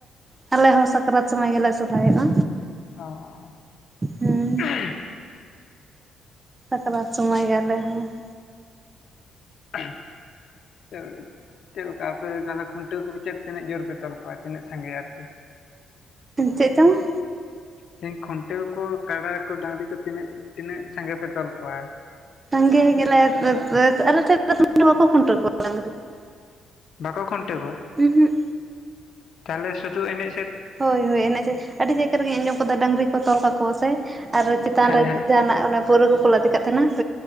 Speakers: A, on the right; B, on the left.
A: ᱟᱞᱮ ᱦᱚᱸ ᱥᱟᱠᱨᱟᱛ ᱥᱚᱢᱚᱭ ᱜᱮᱞᱮ ᱥᱚᱨᱦᱟᱭᱚᱜᱼᱟ᱾
B: ᱚ
A: ᱦᱮᱸ
B: <unintelligible>
A: ᱥᱟᱠᱨᱟᱛ ᱥᱚᱢᱚᱭ ᱜᱮ ᱟᱞᱮ ᱦᱚᱸ ᱾
B: ᱟᱪᱪᱷᱟ <unintelligible> ᱪᱮᱫᱞᱮᱠᱟ ᱟᱯᱮ ᱫᱚ ᱛᱟᱞᱦᱮ ᱠᱷᱩᱱᱴᱟᱹᱣ ᱠᱚ ᱪᱮᱜ ᱛᱤᱱᱟᱹᱜ ᱡᱳᱨ ᱯᱮ ᱛᱚᱞ ᱠᱚᱣᱟ ᱛᱤᱱᱟᱹᱜ ᱥᱟᱸᱜᱮ ᱟᱨᱠᱤ?
A: ᱪᱮᱜ ᱪᱚᱝ ᱾
B: ᱫᱤᱧ ᱠᱷᱩᱱᱴᱟᱹᱣ ᱠᱚ ᱠᱟᱰᱟ ᱠᱚ ᱰᱟᱺᱝᱨᱤ ᱠᱚ ᱛᱤᱱᱟᱹᱜ ᱛᱤᱱᱟᱹᱜ ᱥᱟᱸᱜᱮ ᱯᱮ ᱛᱚᱞ ᱠᱚᱣᱟ ᱾
A: ᱥᱟᱸᱜᱮ ᱜᱮᱞᱮ ᱟᱞᱮ ᱟᱹᱫ ᱟᱞᱮ <unintelligible> ᱵᱟᱠᱚ ᱠᱷᱩᱱᱴᱟᱹ ᱠᱚᱣᱟ ᱾ ᱡᱟᱝ ᱠᱟᱴᱤᱡ ᱾
B: ᱵᱟᱠᱚ ᱠᱷᱩᱱᱴᱟᱹᱣ ᱠᱚᱣᱟ?
A: ᱩᱸᱦᱩᱜ
B: ᱛᱟᱞᱦᱮ ᱥᱩᱫᱩ ᱮᱱᱮᱡ ᱥᱮᱫ?
A: ᱦᱳᱭ ᱦᱳᱭ ᱮᱱᱮᱡ ᱥᱮ ᱟᱹᱰᱤ ᱡᱟᱭᱜᱟ ᱨᱮᱜᱮᱧ ᱟᱸᱡᱚᱢ ᱠᱟᱫᱟ ᱰᱟᱺᱝᱨᱤ ᱠᱚ ᱛᱚᱞ ᱠᱟᱠᱚ ᱥᱮ? ᱟᱨ ᱪᱮᱛᱟᱱ
B: ᱦᱮᱸ
A: ᱨᱮ
B: ᱦᱮᱸ
A: ᱡᱟᱦᱟᱱᱟᱜ ᱚᱱᱟ ᱯᱟᱹᱣᱨᱟᱹ ᱠᱚᱠᱚ ᱞᱟᱫᱮ ᱠᱟᱜ ᱛᱟᱸᱦᱮᱱᱟ ᱾